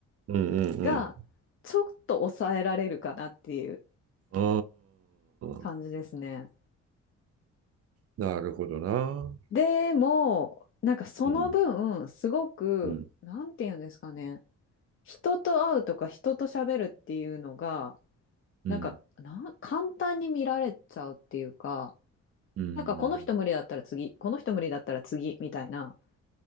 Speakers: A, on the right (about 50°); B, on the left (about 45°).
A: うんうんうん
B: が、ちょっと抑えられるかなっていう
A: うん。
B: 感じですね。
A: ああ、なるほどな。
B: でも、なんかその分、
A: うん
B: すごく、
A: うん
B: なんていうんですかね、人と会うとか人と喋るっていうのが、
A: うん
B: なんか、な、簡単に見られちゃうっていうか、
A: うん。
B: なんかこの人無理だったら次、この人無理だったら次、みたいな。